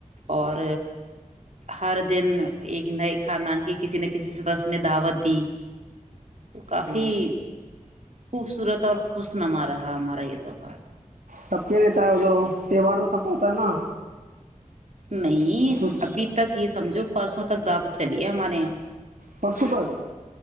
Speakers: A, on the right; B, on the right.
A: اور ہر دن ایک نئے خاندان کے کسی نہ کسی سدس نے دعوت دی تو کافی
B: جی
A: <unintelligible> خوبصورت اور خوش نما رہا ہمارا یہ تہوہار
B: سب کے لیتا ہے وہ تو تہوار تو سب کا ہوتا ہے نا
A: نہیں
B: کچھ
A: ابھی تک اس <unintelligible> سمجھو پرسوں تک دپ چلییا ہمارے یہاں <unintelligible>
B: پرشو بال <unintelligible>